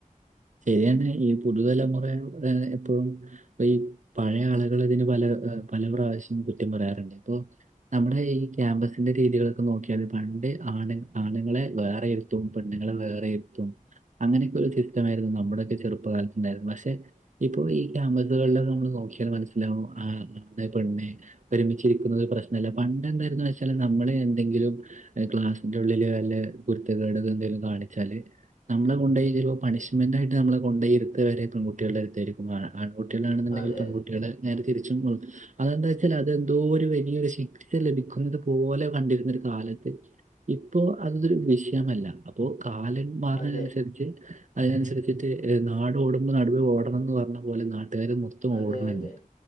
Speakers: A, on the right; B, on the left.
A: ശര്യന്നെ ഈ പുതുതലമുറ ഏ എപ്പോഴും പ്പൊ ഈ പഴയാള്കളിതിന് പല പല പ്രാവശ്യം കുറ്റം പറയാറ്ണ്ട് ഇപ്പൊ നമ്മളെ ഈ ക്യാമ്പസിന്റെ രീതികളൊക്കെ നോക്കിയാല് പണ്ട് ആണ് ആണ്ങ്ങളെ വേറെ ഇ ര്ത്തും പെണ്ണ്ങ്ങളെ വേറെര്ത്തും അങ്ങനൊക്കൊരു സിസ്റ്റമായിര്ന്നു നമ്മടൊക്കെ ചെറുപ്പകാലത്ത്ണ്ടായിര്ന്ന് പഷെ ഇപ്പൊ ഈ ക്യാമ്പസുകളിലൊക്കെ നമ്മള് നോക്കിയാ മനസ്സിലാവും <unintelligible> പെണ്ണ് ഒരുമിച്ചിരിക്കുന്നത് പ്രശ്നല്ല പണ്ട് എന്തായിരുന്ന് വെച്ചാല് നമ്മള് എന്തെങ്കിലും ഏ ക്ലാസ്സിന്റുള്ളില് വല്ല കുര്ത്തക്കേടെക്കെന്തെങ്കിലും കാണിച്ചാല് നമ്മളെ കൊണ്ടോയ്രു പണിഷ്മെന്റായിട്ട് നമ്മളെ കൊണ്ടോയിര്ത്ത വരേ പെങ്കുട്ടികൾടെ ട്ത്തായിരിക്കും ആ ആൺകുട്ട്യാളാണ്ന്നുണ്ടങ്കിലും
B: അതെ
A: പെൺകുട്ടികള് നേരെ തിരിച്ചും അതെന്താ വെച്ചാല് അതെന്തോരു വല്ല്യരു ശിക്ഷ ലഭിക്കുന്നത് പോലെ കണ്ടിര്ന്നൊരു കാലത്ത് ഇപ്പോ അതൊരു വിഷയമല്ല അപ്പോ കാലൻ മാറ്‌ണനന്സരിച്ച്
B: അതെ
A: അയ്നൻസര്ച്ച്ട്ട് നാടോടുമ്പൊ നടുവേ ഓടണംന്ന് പർഞ്ഞ പോലെ നാട്ടാര് മൊ ത്തം
B: അതെ
A: ഓട്ണ്
B: അതെ
A: ണ്ട്